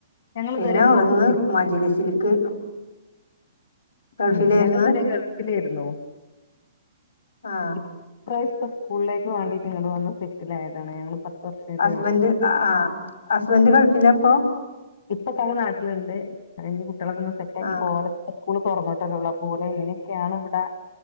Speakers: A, on the left; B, on the left.
A: ഞങ്ങളിതുവരെ
B: പിന്നെ അവിടുന്ന്
A: പുറത്തായിരുന്നു
B: മജലിസിലേക്ക് ഗൾഫിലായിരുന്നു
A: ഉം ഞങ്ങൾ ഇതുരെ ഗൾഫിലാരുന്നു
B: ആ
A: ഇപ്പ സ്കൂളിലേക്ക് വേണ്ടിട്ടാണ് വന്ന് സെറ്റിലായതാണ് ഞങ്ങള് പത്ത് വർഷായിട്ട്
B: ഹസ്ബന്ഡ്
A: ഗൾഫിലേക്ക്
B: ആ ഹസ്ബന്ഡ് ഗൾഫിലാ അപ്പൊ
A: ഇപ്പൊതമ്മ നാട്ടിലുണ്ട് കഴിഞ്ഞ് കുട്ടികളൊക്കെ ഒന്ന് സെറ്റായിട്ട്
B: ആ
A: പോവലോ സ്കൂള് തുറന്നിട്ടല്ലോള്ളു അപ്പൊ ഓന് ഇങ്ങനെയൊക്കെയാണ് ഇവിടാ